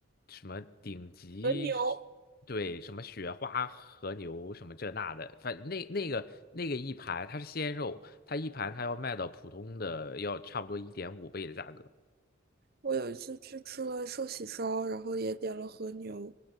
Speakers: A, on the left; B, on the right.
A: 什么顶级，
B: 和牛。
A: 对，什么雪花和牛什么这那的，反正那那个那个一盘它是鲜肉，它一盘它要卖到普通的要差不多一点五倍的价格，
B: 我有一次去吃了寿喜烧，然后也点了和牛，